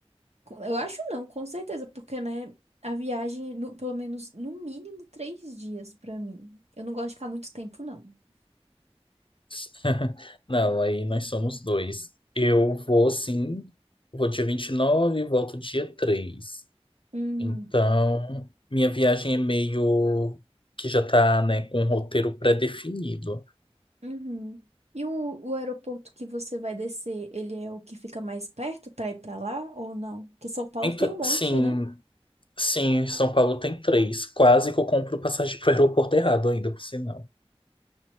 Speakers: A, on the right; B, on the left.
A: Com- Eu acho não, com certeza, porque, né, a viagem, no- pelo menos, no mínimo, três dias pra mim. Eu não gosto de ficar muito tempo, não.
B: <laughs> Não, aí nós somos dois. Eu vou sim, vou dia vinte e nove e volto dia 3.
A: Hum,
B: Então, minha viagem é meio que já tá, né, com um roteiro pré-definido.
A: uhum. E o, o aeroporto que você vai descer, ele é o que fica mais perto pra ir pra lá ou não? Porque São Paulo
B: Então,
A: tem um monte,
B: sim,
A: né?
B: sim, São Paulo tem três. Quase que eu compro passagem pro <laughs> aeroporto errado ainda, por sinal.